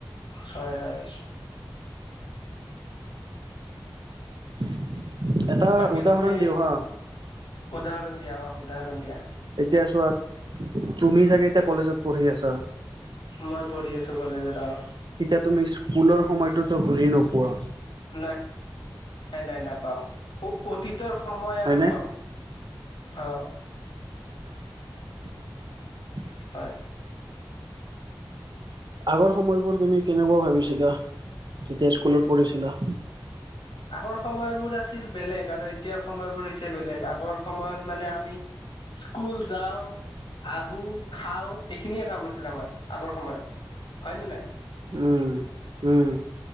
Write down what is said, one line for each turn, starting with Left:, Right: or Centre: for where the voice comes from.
Left: হয় হয়
Right: <inaudible> এটা
Left: বাকী
Right: উদাহৰণ
Left: তুমি
Right: দিওঁ হা।
Left: উদাহৰণ দিয়া অ উদাহৰণ দিয়া।
Right: এতিয়া চোৱা তুমি চাগে এতিয়া কলেজত পঢ়ি আছা।
Left: মই পঢ়ি আছো কলেজত অহ্
Right: এতিয়া তুমি স্কুলৰ সময়তোতো ঘূৰি নোপোৱা।
Left: নাই নাই নাই না পাও অ অতীত তৰ সময়
Right: হয়নে
Left: আৰু নাপাও অহ
Right: <inaudible>
Left: হয়
Right: আগৰ সময়বোৰ তুমি কেনেকুৱা ভাবিছিলা। যেতিয়া স্কু- স্কুলত পঢ়িছিলা?
Left: আগৰ সময়বোৰ আছিল বেলেগ আৰু এতিয়াৰ সময়বোৰ হৈছে বেলেগ আগৰ সময়ত মানে আমি স্কুল যাওঁ আহো খাওঁ। এইখিনিয়ে কাম আছিল আমাৰ আগৰ সময়ত হয় নে নাই?
Right: উম উম